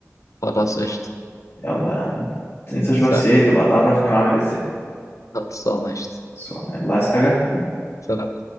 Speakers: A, on the left; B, on the left.
A: خلاص قشطة
B: يلا يا عم ما تنساش
A: سلام
B: بس ايه تبقى تعرفني وعامل ازاي
A: خلصانة قشطة
B: بس يلا عايز حاجة
A: سلام